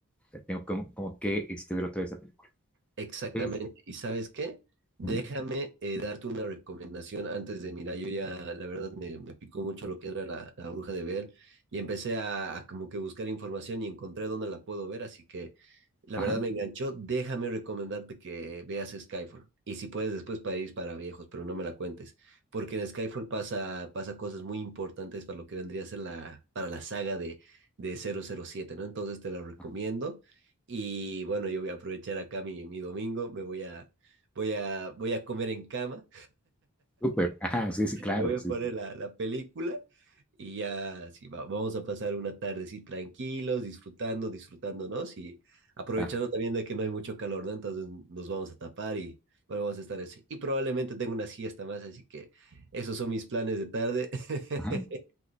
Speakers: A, in the centre; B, on the right.
A: o sea, tengo como, como que este, ver otra vez la película.
B: Exactamente.
A: Es-
B: ¿Y sabes qué? Déjame
A: ujú.
B: eh, darte una recomendación antes de, mira, yo ya la verdad me, me picó mucho lo que era la, la Bruja de Ver y empecé a, a como que buscar información y encontré dónde la puedo ver, así que la
A: Ajá,
B: verdad me enganchó. Déjame recomendarte que veas Skyfall y si puedes después País para Viejos, pero no me la cuentes, porque en Skyfall pasa, pasa cosas muy importantes para lo que vendría a ser la, para la saga de, de cero cero siete, ¿no? Entonces te la recomiendo.
A: ajá,
B: Y bueno, yo voy a aprovechar acá mi, mi domingo, me voy a, voy a, voy a comer en cama,
A: súper, ajá, sí, sí,
B: <laughs>
A: claro,
B: me voy a
A: sí,
B: poner
A: sí,
B: la, la película y ya sí, va- vamos a pasar una tarde así tranquilos, disfrutando, disfrutándonos y aprovechando
A: claro,
B: también de que no hay mucho calor, ¿no? Entonces nos vamos a tapar y bueno, vamos a estar así. Y probablemente tengo una siesta más, así que esos son mis planes de tarde. <laughs>
A: ajá,